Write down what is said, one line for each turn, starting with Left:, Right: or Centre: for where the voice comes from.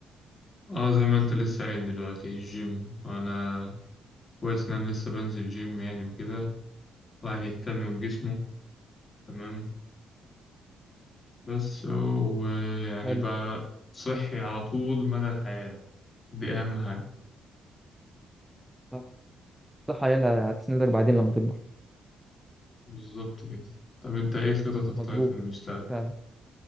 Left: اه زي ما انت لسه قايل دلوقتي الجيم انا كويس ان انا لسه بنزل جيم يعني وكده الواحد يهتم بجسمه تمام بس ويعني
Centre: حلو
Left: بقى صحي على طول مدى الحياة دي اهم حاجة
Centre: صح صح عيالها هتسندك بعدين لما تكبر
Left: بالظبط كده طب انت ايه خططك
Centre: مظبوط
Left: طيب في المستقبل
Centre: فعلا